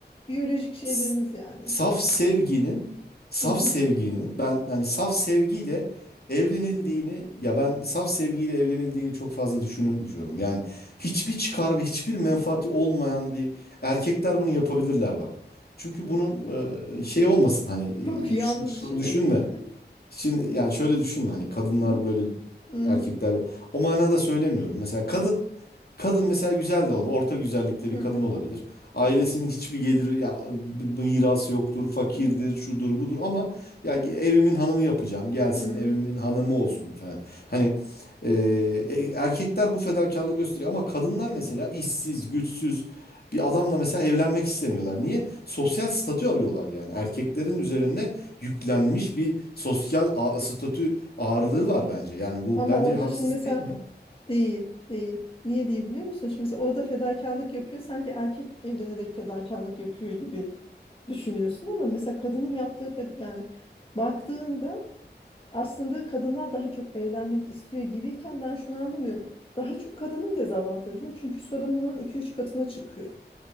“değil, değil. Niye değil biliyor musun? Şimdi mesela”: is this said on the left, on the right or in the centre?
Left